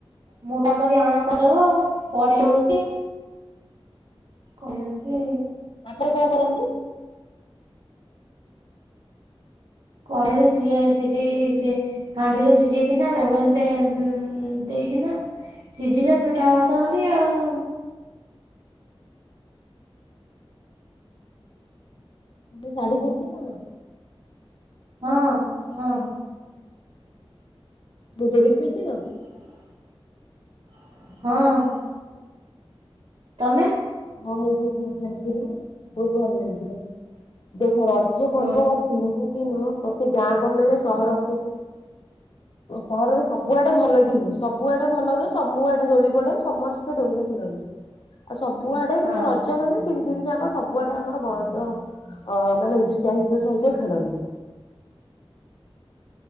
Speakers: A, on the right; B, on the left.
A: ମୁଁ ଟା କରିି ଆଣ କରିଦବ ପଢି ହଉ କି। କହିବ କି?
B: ତାପରେ କଣ କରନ୍ତି।
A: କଡେଇ ରେ ସିଝ ସିଝେଇ ସି ହାଣ୍ଡିରେ ସିଝେଇକିନା ଦଡ ଏ ଦେଇକିନା। ସିଝିଲେ ପିଠା ବାହାର କରନ୍ତି ଆଉ।
B: ସେ ସାଢି କୁର୍ତି ନବ।
A: ହଁ ହଁ
B: ଦୋଳି ଖେଳିଥିଲ।
A: ହଁ। ତମେ?
B: ହଁ ମୁଁ ବି <inaudible> ବହୁତ ଭଲ ଲାଗିଥିଲା ଦେଖ ରଜ ପର୍ବର
A: ହଁ
B: ତିନି ଦିନ ପ୍ରତି ଗାଁ ଗହଳିରେ ସହର ଅପେ ସହରରେ ସବୁଆଡେ ଭଲ କି ହୁଏ ସବୁଆଡେ ଭଲ ହୁଏ। ସବୁ ଆଡେ ଦୋଳି ପଡେ ସମସ୍ତେ ଦୋଳି ଖେଳନ୍ତି ଆଉ ସବୁଆଡେ ମାନେ
A: ହଁ
B: ରଜ ମାନେ ତିନି ତିନି ଯାକ ସବୁଆଡେ ଆମର ବଡ ଅ ମାନେ ଉତ୍ସାହିତ ସହିତ ଖେଳନ୍ତି।